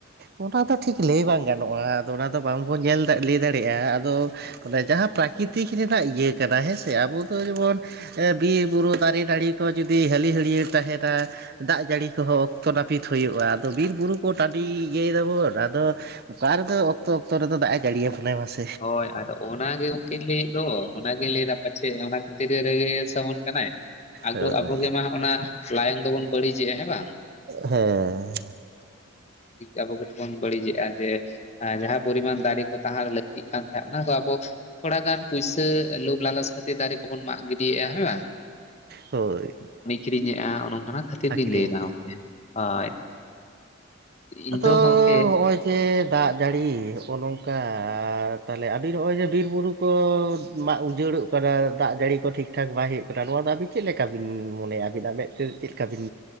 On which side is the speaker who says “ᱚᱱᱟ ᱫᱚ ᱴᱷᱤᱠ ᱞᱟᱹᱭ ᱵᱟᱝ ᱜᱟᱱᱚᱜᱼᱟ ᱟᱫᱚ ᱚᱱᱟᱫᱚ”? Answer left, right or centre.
Right